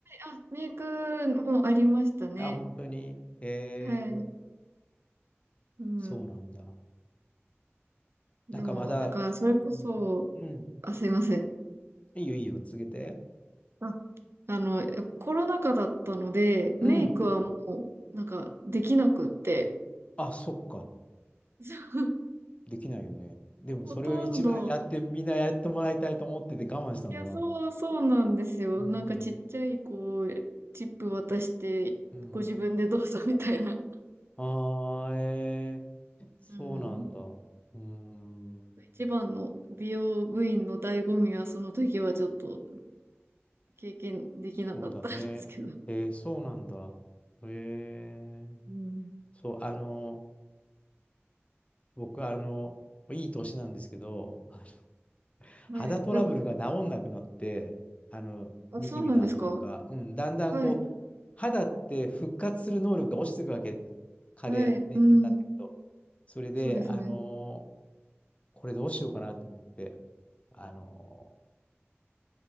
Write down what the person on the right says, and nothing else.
あ、メイクもありましたね。
はい。うん。
でも、
なんか、それこそ、
あ、すいません。
あ、あの、コロナ禍だったので、メイクはもう、
なんか、できなくって、
<laughs>
ほとんど、
いや、そう、そうなんですよ。
なんかちっちゃい、こう、チップ渡して、
ご自分でどうぞみたいな。
うん。
一番の美容部員の醍醐味は、その時はちょっと経験できなかったんですけど。
うん。
はい。
でも、
あ、
そうなんですか
はい。
はい。
うん。
そうですね。